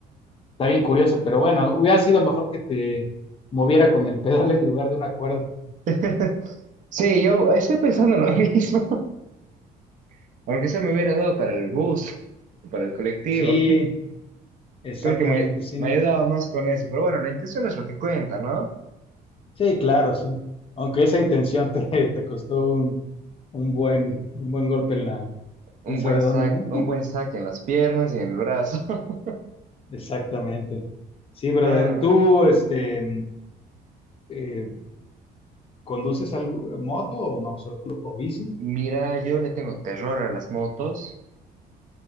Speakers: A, on the left (about 35°); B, on the right (about 50°).
A: Está bien curioso, pero bueno, hubiera sido mejor que te moviera con el pedal en lugar de una cuerda.
B: <laughs> Sí, yo estoy pensando lo mismo. <laughs> Aunque se me hubiera dado para el bus o para el colectivo.
A: Sí, exactamente,
B: Creo que me,
A: sí,
B: me
A: no.
B: ayudaba más con eso, pero bueno, la intención es lo que cuenta, ¿no?
A: Sí, claro, sí. Aunque esa intención te, <laughs> te costó un, un buen, un buen golpe en la,
B: Un
A: quién sabe
B: buen
A: dónde,
B: saque,
A: ¿no?
B: un buen saque en las piernas y en el brazo. <laughs>
A: Exactamente. Sí, brother,
B: No,
A: ¿tú este, eh, conduces algo, moto o no? Solo- ¿O bici?
B: mira, yo le tengo terror a las motos,